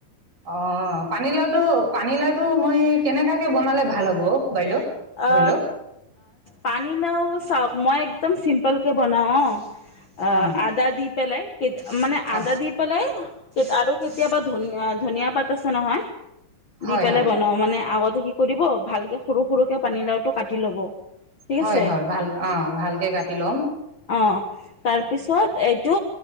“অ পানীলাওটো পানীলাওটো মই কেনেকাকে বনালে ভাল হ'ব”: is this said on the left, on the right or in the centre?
Right